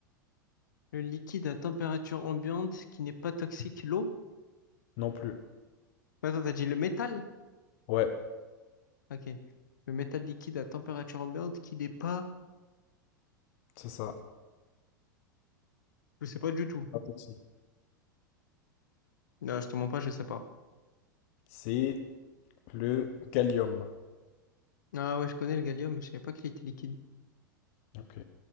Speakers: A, on the left; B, on the left.
A: le liquide à température ambiante qui n'est pas toxique, l'eau.
B: Non plus.
A: Ouais, Attends, t'as dit le métal?
B: Ouais,
A: Ok. Le métal liquide à température ambiante qui n'est pas...
B: c'est ça.
A: Je sais pas du tout.
B: Pas toxique.
A: Non, je te mens pas, je sais pas.
B: C'est le gallium.
A: Ah ouais, je connais le gallium, mais je savais pas qu'il était liquide.
B: Ok.